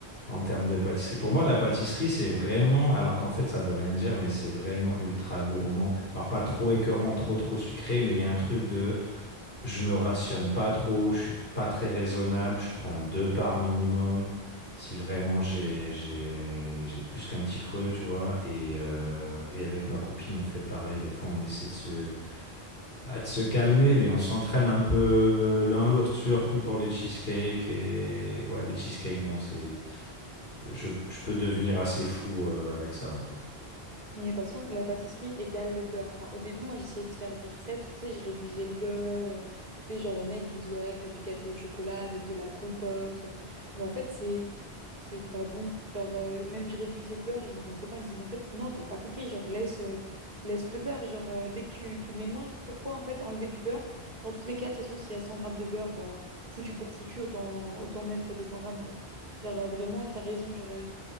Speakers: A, on the left (about 65°); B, on the right (about 40°).
A: en termes de pâtisserie. Pour moi, la pâtisserie, c'est vraiment, alors qu'en fait, ça veut rien dire, mais c'est vraiment ultra gourmand. Alors pas trop écœurant, trop trop sucré, mais il y a un truc de je me rationne pas trop, je suis pas très raisonnable, je prends deux parts minimum si vraiment j'ai j'ai j'ai plus qu'un petit creux, tu vois. Et, euh, et avec ma copine, on fait pareil. Des fois, on essaie de se, ah, de se calmer, mais on s'entraîne un peu l'un l'autre, surtout pour les cheesecakes. Et ouais, les cheesecakes, bon, c'est je, je peux devenir assez fou euh, avec ça, ouais.
B: Mais de toute façon, la pâtisserie égale le beurre. Enfin, au début, moi, j'essayais de faire des recettes où, tu sais, je réduisais le beurre. euh, Tu sais, genre, il y en a, ils disent, ouais, faites du gâteau au chocolat avec de la compote. Mais en fait, c'est c'est pas bon. Genre, euh, même je réduisais le beurre et genre, mon copain me disait, mais en fait, non, t'as pas compris. Genre, laisse, euh, laisse le beurre. Genre, euh, dès que tu, tu le mets moins, pourquoi, en fait, enlever du beurre? Dans tous les cas, de toute façon, s'il y a 100 grammes de beurre, bah, foutu pour foutu, autant, autant mettre 200 grammes, quoi. Genre, euh, vraiment, t'as raison. Genre, euh,